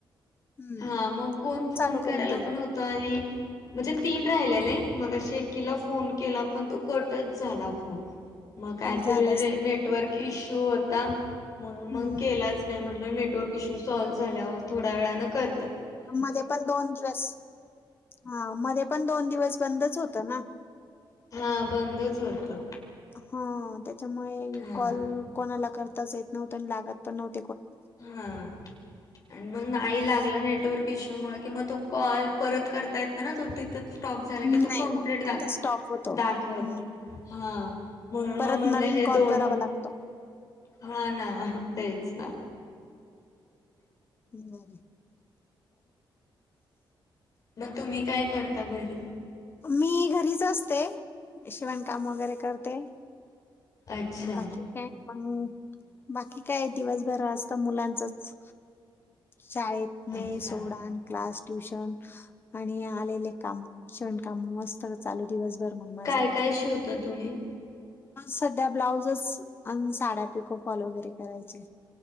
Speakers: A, on the left; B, on the left.
A: हम्म
B: हा मग कोण फोन
A: चालू
B: करायला
A: करून दिलं
B: पण नव्हतं आणि तीन राहिलेले मगाशी एकीला फोन केला पण तो कटच झाला फोन मग कायतरी
A: झालंच नाही
B: नेटवर्क इश्यू होता म्हणून
A: हम्म
B: मग केलाच नाही म नेटवर्क इशू सॉल्व्ह झाल्यावर थोड्या वेळान कर
A: मधे पण दोन दिवस हा मधे पण दोन दिवस बंदच होतं ना
B: हा बंदच होतं
A: हो त्याच्यामुळे
B: हा
A: कॉल कोणाला करताच येत नव्हता आणि लागत पण नवत
B: हा आणि मग
A: हम्म
B: नाय लागलं नेटवर्क इश्यू म मग तो कॉल परत करता येत ना तो तिथून स्टॉप झाला की
A: नाही
B: तू कंप्लीट
A: ना
B: दाख
A: तिथं स्टॉप होतो
B: दाखवत
A: हम्म
B: हा म्हणून
A: परत
B: मग म्हणलं
A: नवीन
B: हे
A: कॉल
B: दोन
A: करावा लागतो
B: हा ना तेच ना
A: हम्
B: मग तुम्ही काय करता घरी
A: मी घर रीच असते शिवण काम वगैरे करते
B: अच्छा
A: बाकी काय मग बाकी काय दिवसभर असत मुलांचच. शाळेत न
B: अच्छा
A: सोडान क्लास ट्युशन आणि आलेले कामण काम मस्त चालू दिवसभर मग माझं
B: काय काय शिवता तुम्ही?
A: सध्या ब्लाउजच अन साड्या पिको फॉल वगैरे करायचे.